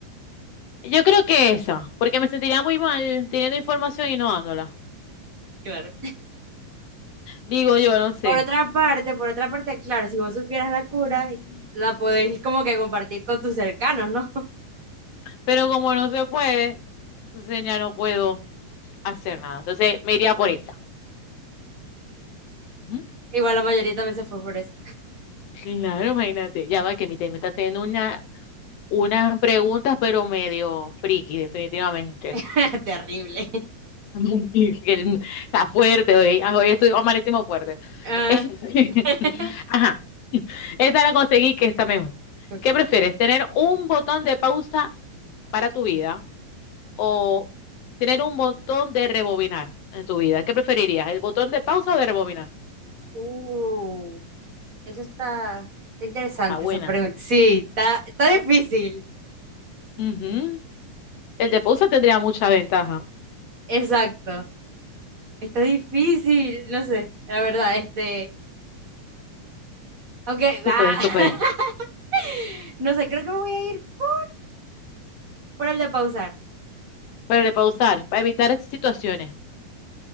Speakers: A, on the left; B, on the right.
A: Yo creo que esa, porque me sentiría muy mal teniendo información y no dándola.
B: Claro.
A: Digo yo, no sé.
B: Por otra parte, por otra parte, claro, si vos supieras la cura, la podéis como que compartir con tus cercanos, ¿no? <laughs>
A: Pero como no se puede, entonces ya no puedo hacer nada. Entonces me iría por esa. Ujú.
B: Igual la mayoría también se fue por eso.
A: Claro, imagínate. Ya va que mi tema me está haciendo una, unas preguntas, pero medio friki, definitivamente.
B: <laughs> Terrible.
A: <laughs> Y que el- Está fuerte hoy. Ah, Hoy estoy, amanecimos fuerte.
B: Ah,
A: <laughs>
B: <laughs>
A: Ajá. Esta la conseguí que está mejor.
B: ok.
A: ¿Qué prefieres? ¿Tener un botón de pausa para tu vida? o tener un botón de rebobinar en tu vida? ¿Qué preferirías? ¿El botón de pausa o de rebobinar?
B: Uh, eso está, está interesante
A: Está buena.
B: esa pregunta. Sí, está, está difícil.
A: Ujú. El de pausa tendría mucha ventaja.
B: Exacto. Está difícil, no sé, la verdad, este. Ok,
A: Tú
B: va.
A: puedes,
B: <laughs>
A: tú puedes.
B: No sé, creo que me voy a ir por, por el de pausar.
A: Pero el de pausar, para evitar esas situaciones.